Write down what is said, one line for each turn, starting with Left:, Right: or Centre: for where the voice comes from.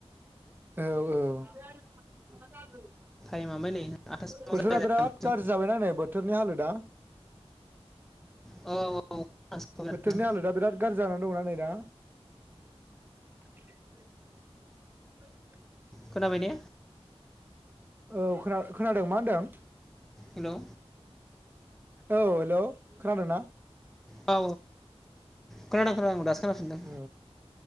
Right: औ औ <unintelligible>
Centre: थायमा ओमफाय नै आठथासिमाव
Right: बोथोरा
Centre: जाया
Right: बिराद गाज्रि जाबायना नै बोथोरनि हालोदा
Centre: औ औ खोनादों
Right: बोथोरनि हालोदा बिराद गाज्रि जानानै दंना नै दा। <unintelligible> <unintelligible>
Centre: खोनाबाय ने?
Right: औ खोना-खोनादों मा होनदों?
Centre: हेलौ
Right: औ हेलौ खोनादों ना?
Centre: औ खोनादों खोनादों दासो खोनाफिनदों
Right: औ